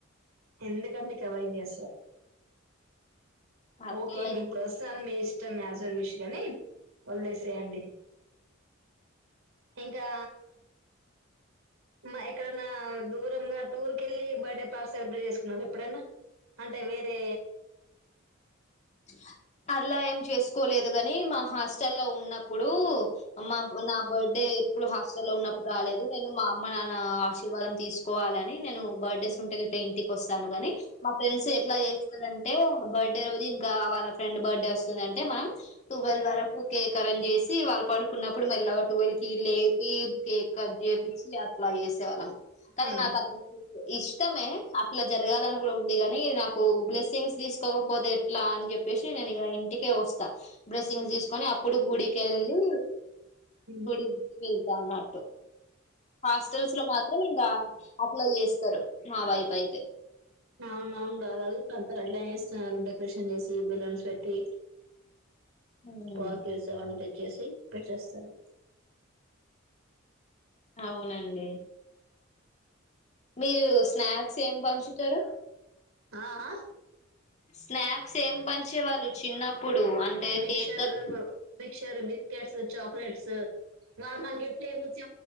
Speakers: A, on the right (about 85°); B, on the left (about 35°).
A: ఎందుకండి ఇట్లా అవైర్నెస్
B: అట్లా
A: ఓకే మీ డ్రస్ ఐరెన్ <unintelligible> చేస్ ఇట్లా మ్యాచ్లను చూసెటొల్లని వదిలేసేయండి ఇంకా మ్మ్ ఎక్కడన్నా దూరంగా టూర్ కి వెళ్ళి బర్త్డే బాగా. సెలబ్రేట్ చేసుకున్నావా ఎప్పుడన్నా అంటే వేరే
B: ఇంగా అలా ఏం చేసుకోలేదు కాని మా హాస్టల్ లో ఉన్నప్పుడు మా నా బర్త్డే ఎప్పుడు హాస్టల్లో ఉన్నప్పుడు రాలేదు నేను మా అమ్మ నాన్న ఆశీర్వాదం తీసుకోవాలని నేను బర్త్డేస్ ఉంటే ఇంటికి వస్తాను కానీ మా ఫ్రెండ్స్ ఎట్లా చేస్తారంటే బర్త్డే రోజు వాళ్ళ ఫ్రెండ్ బర్త్డే వస్తుంది అంటే మనం టువెల్ వరకు కేక్ అరంజ్ చేసి వాళ్ళు పడుకున్నప్పుడు మరి ఇలా ట్వల్వ్ కి లేపి కేక్ కట్ చేపించి అట్లా చేేసే వాళ్ళం కానీ
A: ఆ,
B: నాక <unintelligible> ఇష్టమే అట్లా జరగాలని కూడా ఉంది గాని నాకు బ్లెస్సింగ్స్ తీసుకోకపోతే ఇట్లా అని చెప్పేసి నేను ఇక ఇంటికే వస్తా బ్లెస్సింగ్ తీసుకొని అప్పుడు గుడికెళ్ళి
A: ఉమ్.
B: గుడికి వెళ్తాన్నట్టు హాస్టల్స్ లో మాత్రం ఇంకా అట్లా చేస్తారు మా వైపు అయితే
A: నవునువును డబలు అందరు ఎ <unintelligible> లాస్తున్నారు డెకరేషన్ చేసి బెలూన్స్ పెట్టి
B: ఉమ్
A: స్పాక్యూ ఏసే వాళ్ళని తెచ్చేసి పెట్టేస్తారు
B: అవునండి మీరు స్నాక్స్ ఏం పంచుతారు
A: అ ఆ
B: స్నాక్స్ ఏం పంచేవాళ్ళు చిన్నప్పుడు అంటే
A: మిక్చర్
B: కేక్ క
A: మిక్చర్ బిస్కెట్స్ చాక్లెట్స్ మానకు గిఫ్ట్ లు ఎవరు ఇచ్చే